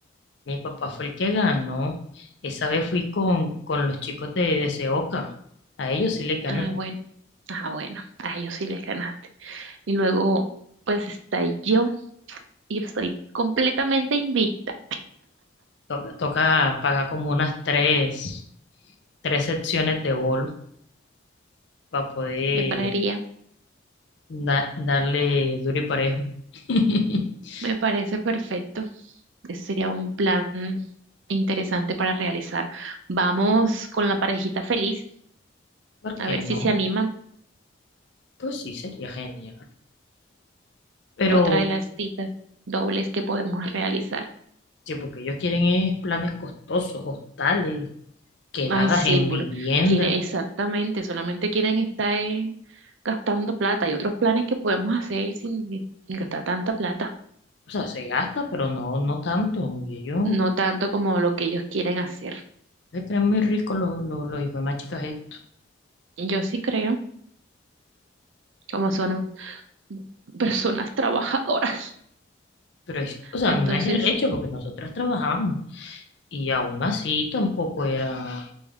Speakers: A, on the left; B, on the right.
A: Mi papá fue el que ganó. Esa vez fui con, con los chicos de, de Seoca. A ellos sí le gané.
B: Ah, bueno, ah, bueno, a ellos sí les ganaste. Y luego, pues está yo y estoy completamente invicta,
A: Toca, toca pagar como unas tres, tres secciones de bolo para poder
B: yo creería.
A: da- darle duro y parejo. <laughs>
B: Me parece perfecto. Ese sería un plan interesante para realizar. Vamos con la parejita feliz.
A: ¿Por
B: A
A: qué
B: ver
A: no?
B: si se animan.
A: Pues sí, sería genial. Pero
B: Otra de las citas dobles que podemos realizar.
A: sí, porque ellos quieren es planes costosos, hostales, quedadas
B: Ay, sí,
A: en
B: puro.
A: vivienda.
B: Quiere, exactamente. Solamente quieren estar eh, gastando plata. Hay otros planes que podemos hacer sin, sin gastar tanta plata.
A: O sea, se gasta, pero no, no tanto. Y ellos
B: No tanto como lo que ellos quieren hacer.
A: se creen muy ricos los, los, los hijos de más chicas estos.
B: Yo sí creo, como son un- personas trabajadoras.
A: Pero es, o sea,
B: Entonces,
A: no es el hecho, porque nosotras trabajamos. Y aún así tampoco era